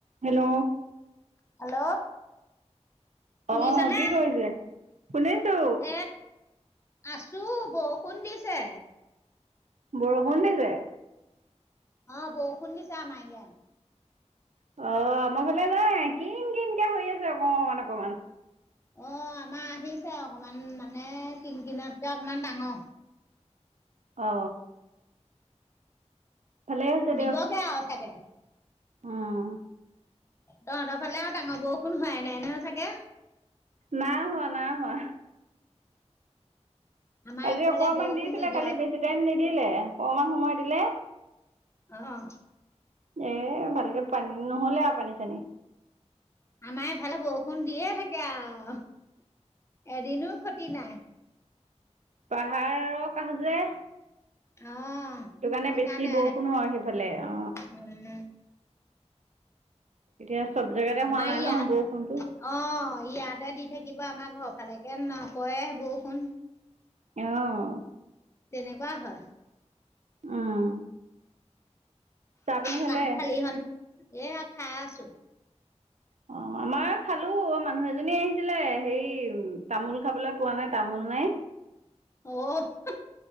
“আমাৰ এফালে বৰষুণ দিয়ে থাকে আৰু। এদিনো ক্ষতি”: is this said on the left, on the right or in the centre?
Left